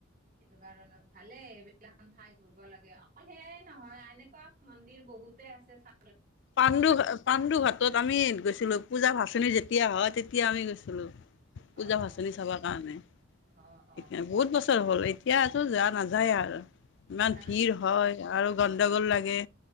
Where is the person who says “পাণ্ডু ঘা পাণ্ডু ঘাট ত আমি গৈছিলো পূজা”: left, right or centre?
Left